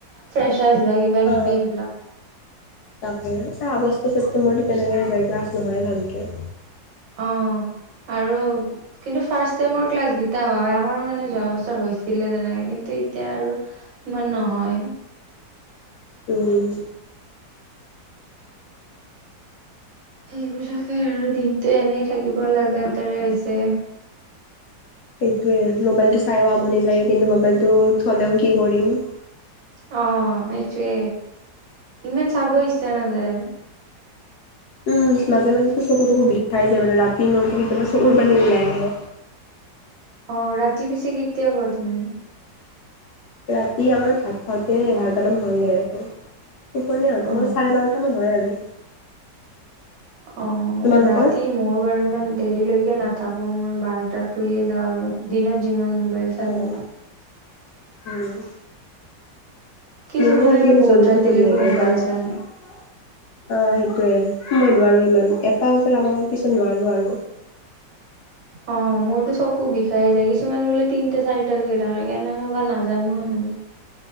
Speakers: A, on the right; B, on the left.
A: ফ্ৰেছাৰ্ছ বা কিবা
B: আ
A: কিবি এইবিলাক
B: তাকে এ আগষ্ট, ছেপ্তেম্বৰটো তেনেকে যায় ক্লাছ নহয় ভালকে।
A: অ, আৰু কিন্তু ফাৰ্ষ্ট চেমৰ ক্লাছ গিটা হয় আমাৰো মানে যোৱা বছৰ হৈছিলে তেনেকে কিন্তু এতিয়া আৰু ইমান নহয়।
B: উম।
A: সেইবিলাকে আৰু দিনটো এনে থাকিব লাগা দৰে হৈছে।
B: এইটোৱে আৰ মোবাইলটো চাইও আমনি লাগে কিন্তু মোবাইলটো থ'লেও কি কৰিম।
A: অ, সেইটোৱে ইমান চাব ইচ্ছা নাযায়।
B: উম মাজে মাজে তো চকু তকু বিষাই যায় মানে ৰাতি মোৰ কেতিয়াবা চকুৰ পানী ওলাই আহে।
A: অ ৰাতি পিছে কেতিয়া শুৱা তুমি?
B: ৰাতি আমাৰ ভাত খাওঁতে এঘাৰটা মান হয়ে আৰু টোপনী আহোতে
A: অ
B: মই চাৰে বাৰত কিটামান হয় আৰু।
A: অ,
B: তোমালোকৰ?
A: ৰাতি মইও বাৰু ইমান দেৰিলৈকে নাথাকো মই বাৰতাত শুইয়ে যাওঁ আৰু দিনত যিমান মোবাইল চালেও
B: অহ, উম।
A: কিছুমানে
B: মোৰো আজিকালি
A: আৰু বহুত
B: জল্দি
A: ৰাতিলৈকে
B: টোপনি লাগে
A: মোবাইল
B: বাৰ <unintelligible>
A: চাই
B: অ সেইটোয়ে, মই নোৱাৰো ইমান এটা বজাৰ আগত পিছত নোৱাৰো আৰু।
A: অ মোৰতো চকু বিষাই যায় কিছুমানে বোলে তিনটা চাৰিটালৈকে থাকে কেনেকে বা নাজানো আৰু।